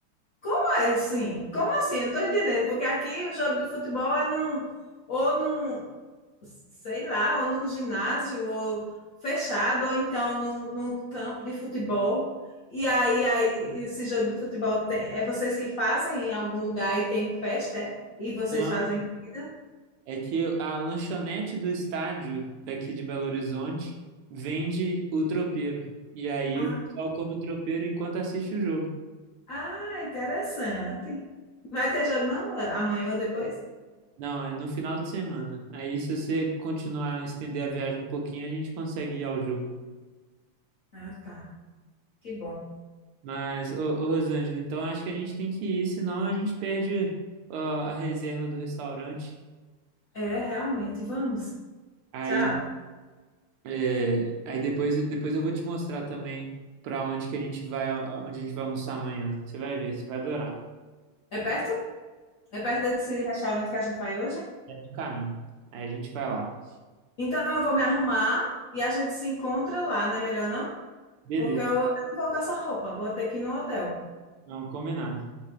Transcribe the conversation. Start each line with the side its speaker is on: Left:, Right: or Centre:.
Left: Como é assim? Como assim? Eu Não tô entendendo, porque aqui o jogo de futebol é num, ou num, sei lá, ou num ginásio, ou fechado, ou então num, num campo de futebol. E aí, aí, esse jogo de futebol tem, é vocês que fazem em algum lugar e tem festa, é? E vocês
Right: Não,
Left: fazem comida?
Right: É que a lanchonete do estádio daqui de Belo Horizonte vende o tropeiro. E aí
Left: Ah,
Right: o pessoal come o tropeiro enquanto assiste o jogo.
Left: ah, interessante. Vai ter jogo não? Amanhã ou depois?
Right: Não, é no final de semana. Aí se você continuar a estender a viagem um pouquinho, a gente consegue ir ao jogo.
Left: Ah, tá. Que bom.
Right: Mas, ô, ô Rosângela, então acho que a gente tem que ir, senão a gente perde ó, a reserva do restaurante.
Left: É, realmente, vamos.
Right: Aí,
Left: Tchau.
Right: é, aí depois, depois eu vou te mostrar também para onde que a gente vai, onde a gente vai almoçar amanhã. Você vai ver, você vai adorar.
Left: É perto? É perto desse restaurante que a gente vai hoje?
Right: É no caminho. Aí a gente vai lá.
Left: Então eu vou me arrumar e a gente se encontra lá, não é melhor não?
Right: Beleza,
Left: Porque eu, eu não vou com essa roupa, vou ter que ir no hotel,
Right: não, combinado.